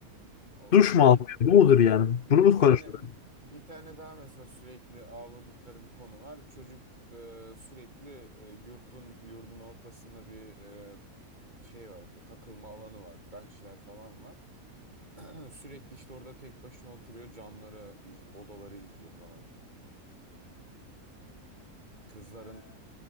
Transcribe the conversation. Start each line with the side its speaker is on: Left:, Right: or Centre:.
Right: O
Left: Duş
Right: bir
Left: mu almıyor?
Right: bir
Left: Bu mudur yani?
Right: bir
Left: Bunu mu
Right: tane
Left: konuşuyorlar?
Right: bir tane daha mesela sürekli ağladıkları bir konu var. Çocuk e, sürekli e, yurtun yurdun ortasında bir e, şey var işte takılma alanı var, benchler falan var. <clears throat> Sürekli işte orada tek başına oturuyor, camları iz odaları izliyor falan. Kızların